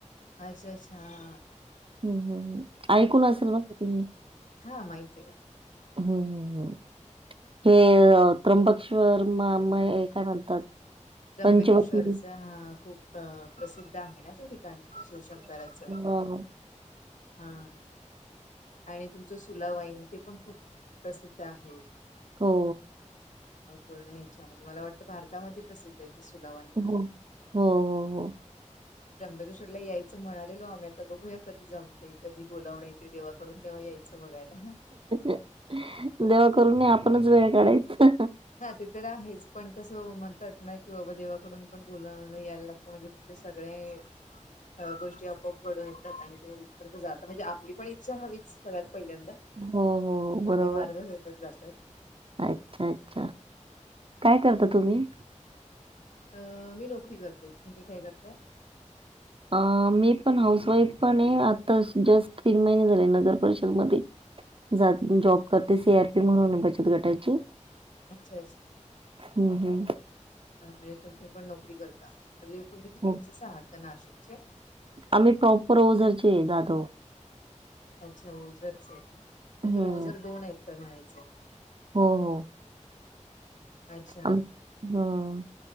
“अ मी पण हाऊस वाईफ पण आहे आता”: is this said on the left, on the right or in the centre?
Right